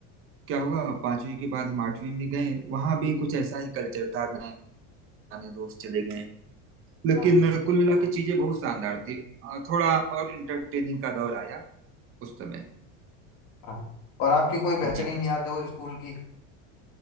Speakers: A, on the right; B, on the left.
A: क्या हुआ पांचवी के बाद हम आठवीं में गए वहां भी कुछ ऐसा ही कल्चर था नए पुराने दोस्त चले गए लेकिन
B: हाँ
A: कुल मिला के चीजें बहुत शानदार थी अ, थोड़ा और इंटरटेनिंग का दौर आया उस समय
B: हाँ और आपकी कोई बेहतरीन
A: जी
B: याद हो स्कूल की